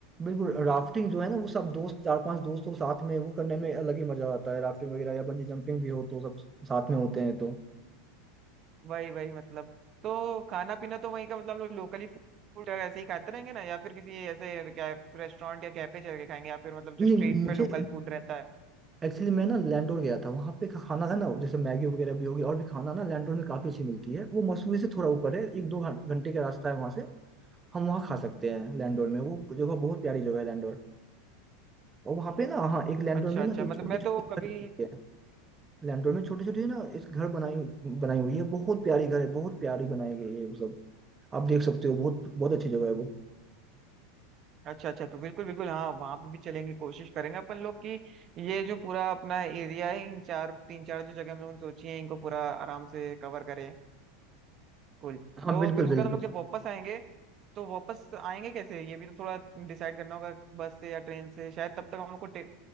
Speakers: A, on the right; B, on the right.
A: बिल्कुल राफ्टिंग जो है ना वो सब दोस्त चार पांच दोस्त हो साथ में वो करने में अलग ही मजा आता है राफ्टिंग वगैरह या बंजी जंपिंग भी हो तो सब साथ में होते हैं तो
B: वही वही मतलब तो खाना पीना तो वहीं का मतलब हम लोग लोकली फूड ऐसे ही खाते रहेंगे ना या फिर किसी ऐसे क्या रेस्टोरेंट या कैफे चल के खाएंगे या फिर मतलब जो
A: नहीं
B: स्ट्रीट
A: मुझे
B: पे लोकल फूड रहता है
A: एक्चुअली मैं ना लैंडोर गया था वहां पे का खाना है ना जैसे मैगी वगैरह भी होगी और भी खाना ना लैंडोर में काफी अच्छी मिलती है वो मसूरी से थोड़ा ऊपर है एक दो घं- घंटे का रास्ता है वहां से हम वहाँ खा सकते हैं लैंडोर में वो जगह बहुत प्यारी जगह है लैंडोर और वहाँ पे ना हाँ एक लैंडोर
B: अच्छा
A: में
B: अच्छा
A: ना ये
B: मतलब
A: छोटी
B: मैं तो
A: छोटी
B: कभी
A: है लैंडोर में छोटी छोटी ना एक घर बनाई बनाई हुई है बहुत प्यारी घर है बहुत प्यारी बनाई गई है वो सब आप देख सकते हो बहुत बहुत अच्छी जगह है वो
B: अच्छा अच्छा तो बिल्कुल बिल्कुल हाँ वहां पे भी चलेंगे कोशिश करेंगे अपन लोग कि ये जो पूरा अपना एरिया है इन चार तीन चार जो जगह हम लोगों ने सोची है इनको पूरा आराम से कवर करें बिल्कुल
A: हाँ
B: तो
A: बिल्कुल
B: फिर उसके
A: बिल्कुल
B: बाद हम लोग जब वापस आएंगे तो वापस आएंगे कैसे ये भी तो थोड़ा डिसाइड करना होगा बस से या ट्रेन से शायद तब तक हम लोग को टे-